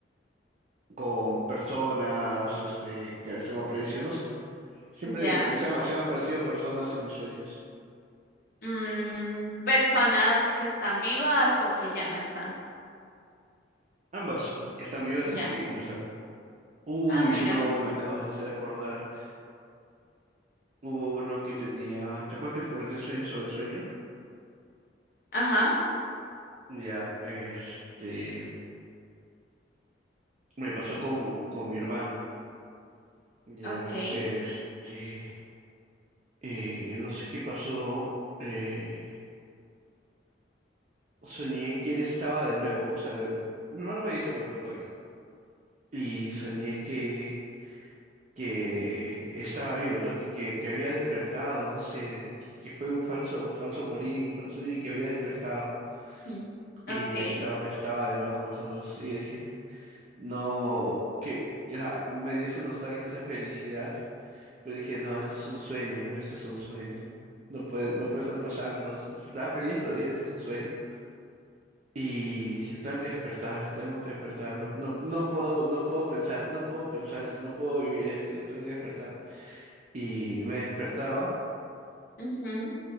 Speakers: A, on the right; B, on the left.
A: con personas este, que le están apareciendo, no sé. Siempre
B: Ya.
A: se han, se han aparecido personas en mis sueños.
B: Mm, personas que están vivas o que ya no están.
A: Ambas, que están vivas
B: Ya.
A: y que ya no están. Uy,
B: Ah, mira.
A: no, me acabas de hacer acordar. Hubo uno que tenía. ¿Te acuerdas que te comenté sueño sobre sueño?
B: Ajá.
A: Ya, este. Me pasó con, con mi hermano. Ya,
B: Ok.
A: este. eh, no sé qué pasó. eh, soñé que él estaba de nuevo. O sea, de- mi hermano falleció, pues, por COVID. Y soñé que. que estaba vivo, ¿no? Que, que, que había despertado, no sé, que, que fue un falso, falso morir, un falso y que había despertado.
B: ujú,
A: Y
B: Ok.
A: estaba, estaba de nuevo con nosotros. Y dije, no, que, que, o sea, me dio esa nostalgia, esa felicidad, pero dije, no, este es un sueño, este es un sueño. No puede, no puede estar pasando. Estaba feliz, pero dije, esto es un sueño. Y dije, tengo que despertar, tengo que despertar, no, no, no puedo, no puedo pensar, no puedo pensar eso, no puedo vivir esto, digo, tengo que despertar. y me despertaba,
B: ujú,